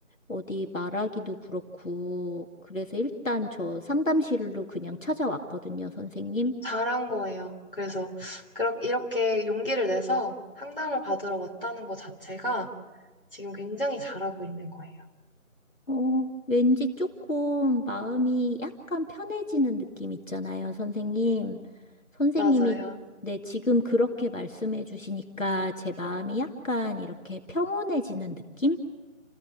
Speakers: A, on the left; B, on the left.
A: 어디 말하기도 그렇고, 그래서 일단 저 상담실로 그냥 찾아왔거든요, 선생님.
B: 잘한 거예요. 그래서 그렇 이렇게 용기를 내서 상담을 받으러 왔다는 것 자체가 지금 굉장히 잘하고 있는 거예요.
A: 어, 왠지 조금 마음이 약간 편해지는 느낌 있잖아요, 선생님. 선생님이
B: 맞아요.
A: 네, 지금 그렇게 말씀해 주시니까 제 마음이 약간 이렇게 평온해지는 느낌?